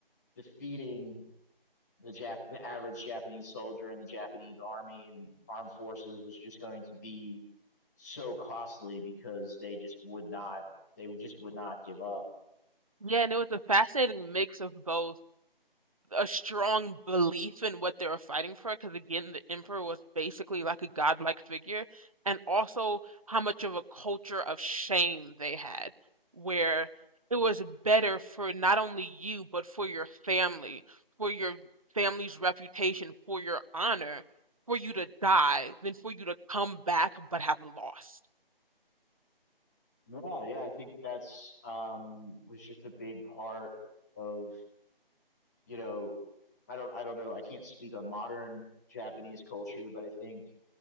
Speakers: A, on the left (about 15°); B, on the right (about 35°).
A: defeating the Jap- the average Japanese soldier and the Japanese army and armed forces was just going to be so costly because they just would not they would- just would not give up.
B: Yeah, and it was a fascinating mix of both a strong belief in what they were fighting for because again the emperor was basically like a godlike figure and also how much of a culture of shame they had where it was better for not only you but for your family for your family's reputation for your honor for you to die than for you to come back but have lost
A: No, yeah, I think that's um was just a big part of you know, I don't I don't know, I can't speak on modern Japanese culture, but I think,